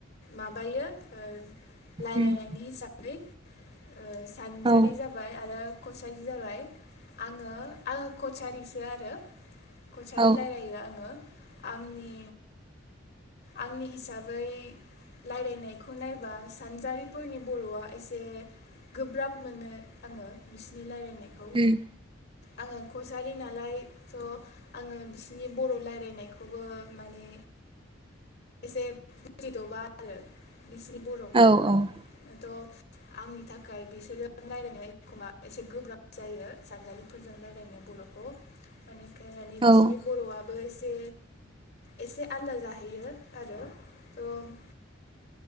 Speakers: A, on the left (about 55°); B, on the right (about 25°).
A: माबायो ओ रायलायनायनि
B: उम
A: हिसाबै ओ सानजारि
B: औ
A: जाबाय आरो बायदि जाबाय आङो आं कचारिस सो आरो कसारि
B: औ
A: रायलायो आङो। आंनि आंनि हिसाबै रायलायनायखौ नायब्ला सानजारिफोरनि बर'आ एसे गोब्राब मोनो आङो बिसोरनि रायलायनाय
B: उम
A: खौ आङो कसारि नालाय थ' आङो बिसिनि बर' रायलायनायखौबो माने एसे बुजिदबा आरो। बिसिनि बर'खौबो
B: औ औ
A: थ' आंनि थाखाय बिसोरो रायज्लायनाय एखमबा एसे गोब्राब जायो सानजारि जों रायलायनाय बर'खौ <unintelligible> बिसिनि
B: औ
A: बर'आबो एसे एसे आलदा जाहैयो आरो थ'